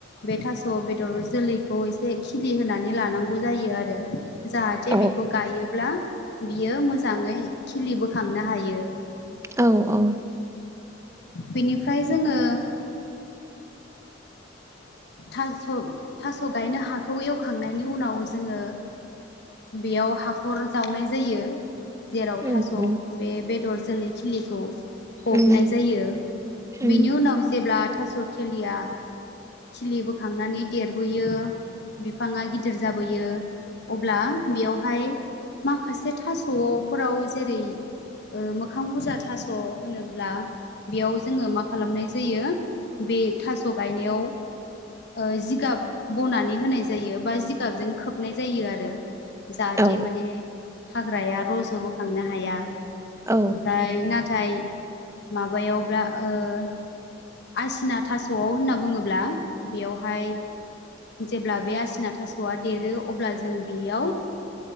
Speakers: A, on the left (about 60°); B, on the right (about 15°).
A: बे थास' बेदरजों लैखौ एसे खिलि होनानै लानां गौ जायो आरो जाहाथे
B: औ
A: बेखौ गायोब्ला बियो मोजाङै खिलिबोखांनो हायो
B: औ औ
A: बेनिफ्राय जोंङो थास थास गायनो हाखौ एवखांनायनि उनाव जोंङो बेयाव हाखर जावनाय जायो जेराव
B: उम
A: थास
B: उम
A: बे बेदर जोलै खिलिखौ फबनाय
B: उम
A: जायो
B: उम
A: बेनि उनाव जेब्ला थास' खेलिया खिलि बोखांनानै देरबोयो बिफांङा गिदिर जाबोयो अब्ला बेयावहाय माखासे थासफोराव जेरै ओ- मोखां बुरजा थास होनोब्ला बेयाव जोंङो मा खालामनाय जायो बे थास गायनायाव ओ- जिगाब बनानै होनाय जायो बा जिगाबजों खोबनाय जायो आरो जाहाथे
B: औ
A: माने हाग्राया रज' बो खांनो हाया ओमफ्राय
B: औ
A: ना नाथाय माबायावब्ला ओ- आसिना थास'आव होनना बुंङोब्ला बेयावहाय जेब्ला बे आसिना थासआ देरो अब्ला जों बेयाव